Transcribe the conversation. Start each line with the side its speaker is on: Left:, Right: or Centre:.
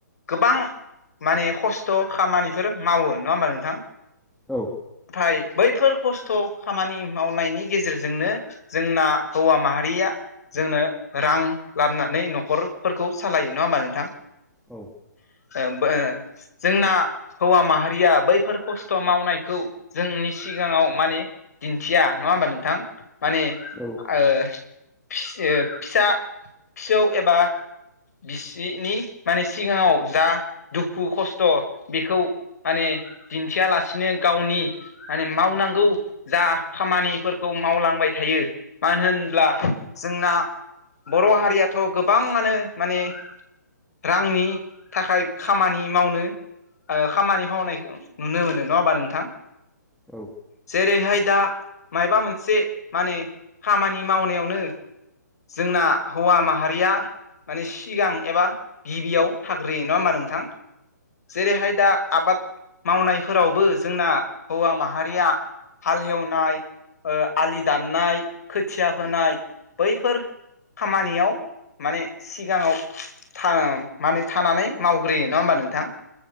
Left: गोबां माने खस्थ' खामानिफोर मावो नङा होमबा नोंथां?
Centre: औ
Left: नाथाय बैफोर खस्थ' खामानि मावनायनि गेजेरजोंनो जोंना हौवा माहारि रिया जोंनो रां लाबोनानै न'खरफोरखौ सालायो नङा होमबा नोंथां?
Centre: औ
Left: <unintelligible> जोंना हौवा माहारिया बैफोर खस्थ' मावनायखौ जोंनि सिगाङाव माने दिन्थिया नङा होमबा नोंथां माने
Centre: औ
Left: ओ फि-फिसा फिसौ एबा बिसिनि माने सिगाङाव जा दुखु खस्थ' बेखौ माने दिन्थियालासिनो गावनि माने मावनांगौ जा खामानिफोरखौ मावलांबाय थायो मानो होनब्ला जोंना बर' हारियाथ' गोबाङानो माने रांनि थाखाय खामानि मावनो ओ खामानि मावनायखौ नुनो मोनो नङा होमबा नोंथां?
Centre: औ
Left: जेरैहाय दा मायबा मोनसे माने खामानि मावनायावनो जोंना हौवा माहारिया माने सिगां एबा गिबियाव थाग्रोयो नङा होमबा नोंथां जेरैहाय दा आबाद मावनायफोरावबो जोंना हौवा माहारिया हाल हेवनाय ओ आलि दाननाय खोथिया फोनाय बैफोर खामानियाव माने सिगाङाव था माने थानानै मावग्रोयो नङा होमबा नोंथां?